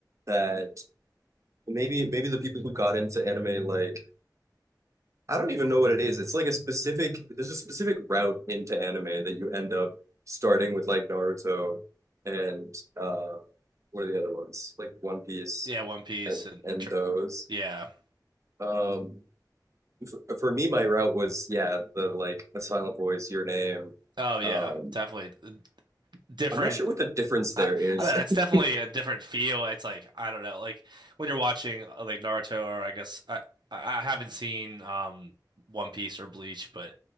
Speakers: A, on the right; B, on the right.
A: that Maybe maybe the people who got into anime like I don't even know what it is. It's like a specific there's a specific route into anime that you end up starting with like Naruto and uh what are the other ones? Like One Piece
B: Yeah, One Piece
A: and
B: and
A: and
B: and tr-
A: those.
B: yeah.
A: Um f- for me my route was yeah, the like the Silent Voice, Your Name.
B: Oh yeah,
A: Um
B: definitely uh, different.
A: I'm not sure what the difference there
B: I,
A: is.
B: I don't know. It's
A: <laughs>
B: definitely a different feel. It's like I don't know, like when you're watching uh, like Naruto, or I guess I I I haven't seen um One Piece or Bleach, but